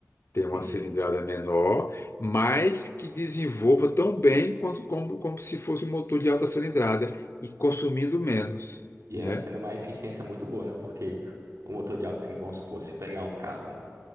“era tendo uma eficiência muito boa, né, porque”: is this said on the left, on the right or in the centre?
Right